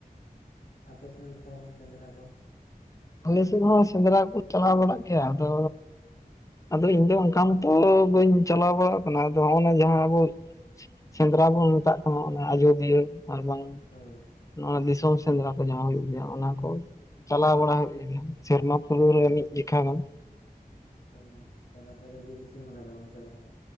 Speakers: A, on the left; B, on the left.
A: ᱟᱯᱮ ᱥᱮᱱ ᱫᱚ ᱛᱟᱦᱚᱞᱮ ᱥᱮᱸᱫᱽᱨᱟ ᱠᱚ
B: ᱟᱞᱮ ᱥᱮᱫ ᱦᱚᱸ ᱥᱮᱸᱫᱽᱨᱟ ᱠᱚ ᱪᱟᱞᱟᱣ ᱵᱟᱲᱟᱜ ᱜᱮᱭᱟ ᱟᱫᱚ ᱟᱫᱚ ᱤᱧ ᱫᱚ ᱚᱱ <unintelligible> ᱟᱢ ᱛᱚ ᱵᱟᱹᱧ ᱪᱟᱞᱟᱣ ᱵᱟᱲᱟᱜ ᱠᱟᱱᱟ ᱟᱫᱚ ᱦᱚᱸᱜ ᱱᱚᱣᱟ ᱡᱟᱦᱟᱸ ᱟᱵᱚ ᱥᱮᱸᱫᱽᱨᱟ ᱵᱚᱱ ᱢᱮᱛᱟᱜ ᱠᱟᱱᱟ ᱚᱱᱟ ᱟᱡᱚᱫᱤᱭᱟᱹ ᱟᱨ ᱵᱟᱝ
A: ᱦᱳᱭ <unintelligible>
B: ᱱᱚᱣᱟ ᱫᱤᱥᱚᱢ ᱥᱮᱸᱫᱽᱨᱟ ᱠᱚ ᱡᱟᱸᱦᱟ ᱦᱩᱭᱩᱜ ᱜᱮᱭᱟ ᱚᱱᱟ ᱠᱚ ᱪᱟᱞᱟᱣ ᱵᱟᱲᱟ ᱦᱩᱭᱩᱜ ᱜᱮᱭᱟ ᱥᱮᱨᱢᱟ ᱯᱩᱨᱟᱹᱣ ᱨᱮ ᱢᱤᱫ ᱡᱮᱠᱷᱟ ᱜᱟᱱ
A: ᱦᱮᱸ ᱛᱟᱦᱚᱞᱮ ᱟᱯᱮ ᱫᱚ ᱵᱤᱨ ᱫᱤᱥᱚᱢ ᱠᱟᱱᱟ ᱯᱮ ᱜᱚᱝᱠᱮ ᱛᱟᱦᱚᱞᱮ